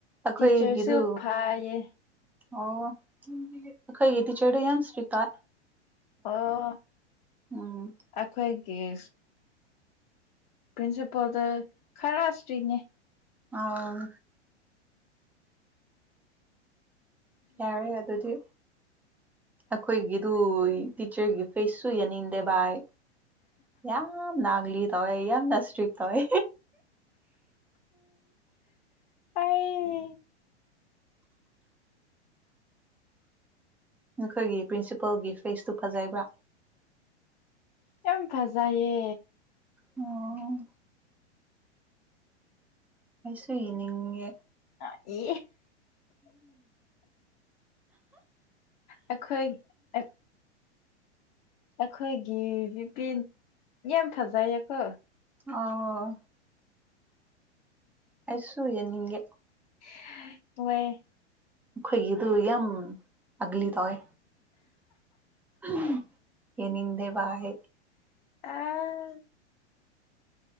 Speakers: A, in the centre; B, on the left.
A: ꯑꯩꯈꯣꯏꯒꯤꯗꯨ
B: ꯇꯤꯆꯔꯁꯨ ꯐꯩꯌꯦ
A: ꯑꯣ ꯑꯈꯣꯏꯒꯤ ꯇꯤꯆꯔꯗꯤ ꯌꯥꯝ ꯏꯁꯇꯥ
B: ꯑꯣ
A: ꯎꯝ
B: ꯑꯈꯣꯏ ꯀꯁ ꯄ꯭ꯔꯤꯟꯁꯤꯄꯥꯜꯗ ꯈꯔ ꯁꯇꯏꯅꯦ
A: ꯑꯥ ꯌꯥꯔꯦ ꯑꯗꯨꯗꯤ ꯑꯩꯈꯣꯏꯒꯤꯗꯨ ꯇꯤꯆꯔꯒꯤ ꯐꯦꯁꯁꯨ ꯌꯥꯅꯤꯡꯗꯦ ꯚꯏ ꯌꯥꯝ ꯅꯥꯒꯂꯤ ꯇꯧꯋꯦ ꯌꯥꯝ ꯏꯁꯇꯤꯛ ꯇꯧꯋꯦ
B: ꯑꯩ
A: ꯅꯈꯣꯏꯒꯤ ꯄ꯭ꯔꯤꯟꯁꯤꯄꯜꯒꯤ ꯐꯦꯁꯇꯨ ꯐꯖꯕ꯭ꯔꯥ
B: ꯎꯝ ꯐꯖꯩꯌꯦ
A: ꯑꯣ ꯑꯩꯁꯨ ꯌꯦꯅꯤꯡꯉꯦ
B: ꯑꯥ ꯌꯦ ꯑꯩꯈꯣꯏ ꯑꯛ ꯑꯈꯣꯏꯒꯤ ꯅꯨꯄꯤ ꯌꯥꯝ ꯐꯖꯩꯌꯦꯀꯣ
A: ꯑꯣ ꯑꯩꯁꯨ ꯌꯦꯅꯤꯡꯒꯦ
B: <unintelligible> ꯍꯣꯏ
A: ꯈꯣꯏꯒꯤꯗꯨ ꯌꯥꯝ ꯑꯒꯂꯤ ꯇꯧꯑ <unintelligible> ꯌꯦꯡꯅꯤꯗꯦꯕ ꯑꯩ
B: ꯑꯥ